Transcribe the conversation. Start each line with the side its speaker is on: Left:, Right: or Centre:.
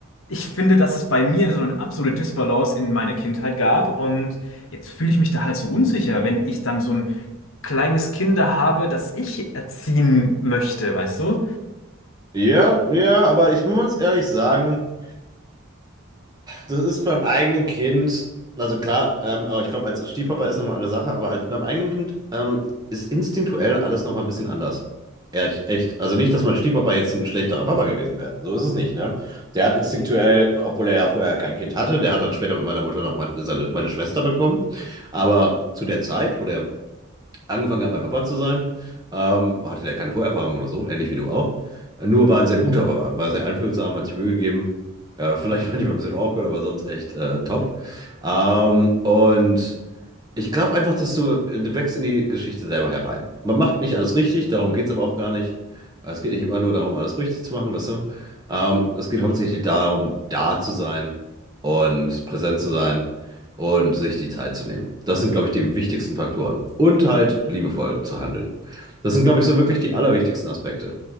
Left: ich finde, dass es bei mir so eine absolute Disbalance in meiner Kindheit gab und jetzt fühle ich mich da halt so unsicher, wenn ich dann so ein kleines Kinder habe, das ich erziehen möchte, weißt du?
Right: Ja, ja, aber ich muss ehrlich sagen, Das ist beim eigenen Kind, also klar, ähm, aber ich glaube, als Stiefpapa ist nochmal eine Sache, aber als, beim eigenen Kind ähm, ist instinktuell alles nochmal ein bisschen anders. Echt, echt. Also nicht, dass mein Stiefpapa jetzt ein schlechterer Papa gewesen wäre. So ist es nicht, ne? Der hat instinktuell, obwohl er ja vorher kein Kind hatte, der hat dann später mit meiner Mutter noch mal seine, meine Schwester bekommen. Aber zu der Zeit, wo der angefangen hat, mein Papa zu sein, ähm, hatte der keine Vorerfahrung oder so, ähnlich wie du auch. Nur war ein sehr guter Papa, war sehr einfühlsam, hat sich Mühe gegeben. Äh, <laughs> vielleicht manchmal ein bisschen awkward, aber sonst echt äh, top. Ähm, und. Ich glaube einfach, dass du, äh, du wächst in die Geschichte selber herein. Man macht nicht alles richtig, darum geht es aber auch gar nicht. Also Es geht nicht immer nur darum, alles richtig zu machen, weißt du? Ähm, es geht hauptsächlich darum, da zu sein und präsent zu sein und sich die Zeit zu nehmen. Das sind, glaube ich, die wichtigsten Faktoren. Und halt liebevoll zu handeln. Das sind, glaube ich, so wirklich die allerwichtigsten Aspekte